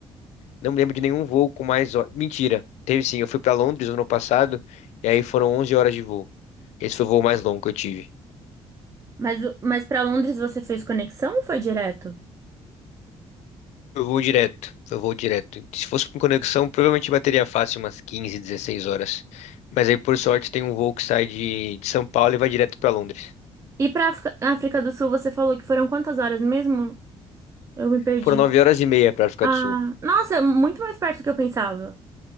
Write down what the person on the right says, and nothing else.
Mas, o- mas para Londres você fez conexão ou foi direto?
E para África, África do Sul você falou que foram quantas horas mesmo? Eu me perdi.
Ah,
nossa, é muito mais perto do que eu pensava.